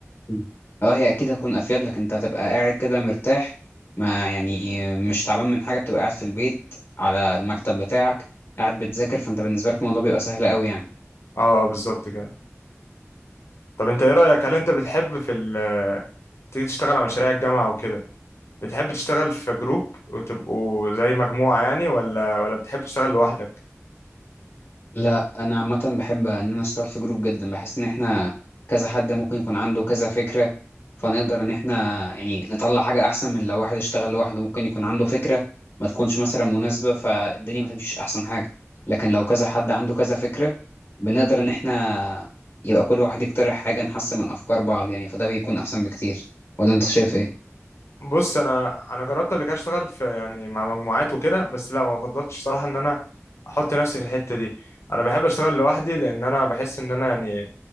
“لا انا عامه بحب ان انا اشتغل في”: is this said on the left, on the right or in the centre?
Left